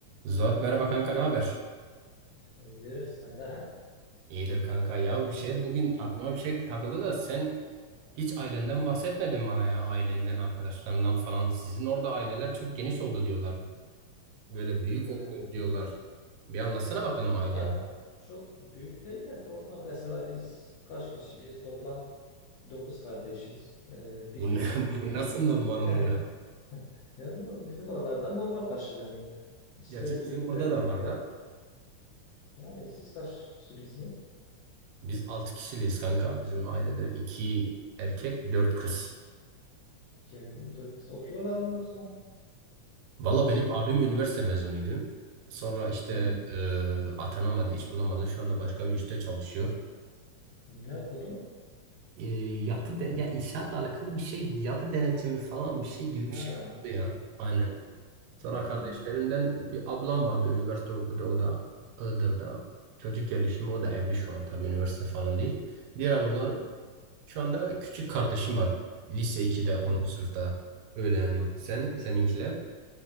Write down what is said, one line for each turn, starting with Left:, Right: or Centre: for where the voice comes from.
Right: Zuhat merhaba kanka ne haber?
Left: Gidiyoruz senden.
Right: İyidir kanka ya bir şey bugün aklıma bir şey takıldı da sen hiç ailenden bahsetmedin bana ya ailenden arkadaşlarından falan sizin orada aileler çok geniş oldu diyorlar böyle büyük
Left: Ha.
Right: oluyor diyorlar bir anlatsana bakalım ailen
Left: Ya çok büyük değil de normal. Mesela biz kaç kişiyiz? Toplam 9 kardeşiz. Ee, bir
Right: bu,
Left: kız,
Right: ne- <laughs>
Left: 8
Right: bu nasıl normal
Left: <laughs>
Right: oluyor?
Left: Yani bizim oralarda normal karşılanıyor. İşte
Right: Gerçi
Left: 8
Right: bizim orada
Left: erkek
Right: da var
Left: var.
Right: da
Left: Yani siz kaç kişiliksiniz?
Right: biz 6 kişiliyiz kanka bizim ailede 2 erkek 4 kız
Left: 2 erkek, 4 kız. Okuyorlar mı yoksa?
Right: valla
Left: Hepsi.
Right: benim abim üniversite mezunuydu sonra işte
Left: Hmm.
Right: e, atanamadı iş bulamadı şu anda başka bir işte çalışıyor.
Left: Ne okudu?
Right: e, yapı de, ya inşaatla alakalı bir şey yapı denetimi falan bir şey gibi bir
Left: Ha.
Right: şey oldu ya. Aynen. Sonra
Left: Hmm.
Right: kardeşlerimden bir ablam vardı üniversite okudu o da Iğdır'da. Çocuk gelişimi o da evli şu an tabii üniversite falan değil. Diğer ablalarım
Left: Hmm.
Right: şu anda küçük kardeşim var. Lise 2'de
Left: Hmm.
Right: 10. sınıfta. Öyle yani. Sen
Left: Hmm.
Right: seninkiler